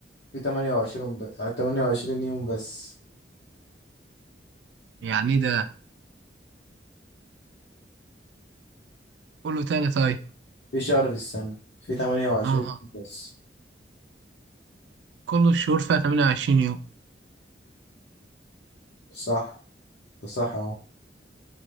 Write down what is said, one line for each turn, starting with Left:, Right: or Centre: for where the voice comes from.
Left: في 28 ب... 28 يوم بس
Right: يعني إيه ده كله تاني طيب
Left: في شهر في السنة في 28
Right: آه
Left: يوم بس
Right: كل الشهور فيها 28 يوم
Left: صح ده صح اهو